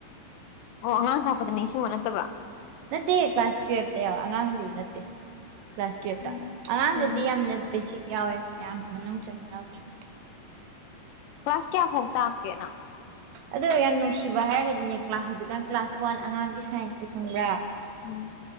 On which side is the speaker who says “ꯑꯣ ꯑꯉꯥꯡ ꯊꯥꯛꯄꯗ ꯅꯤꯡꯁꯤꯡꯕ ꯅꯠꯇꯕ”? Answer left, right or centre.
Left